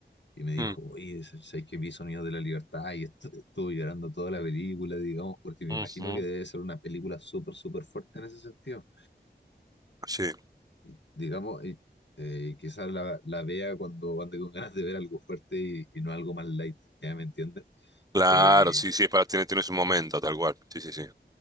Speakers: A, on the left; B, on the right.
A: y me dijo,
B: Mm,
A: oye, sabes que vi Sonidos de la Libertad y est- estuve llorando toda la película, digamos, porque me
B: ujú.
A: imagino que debe ser una película súper, súper fuerte en ese sentido.
B: Sí,
A: y, digamos, y, eh, quizás la, la vea cuando ande con ganas de ver algo fuerte y, y no algo más light, ¿ya me entiendes?
B: claro,
A: Eh,
B: sí, sí, es para tener, tienes un momento, tal cual. Sí, sí, sí.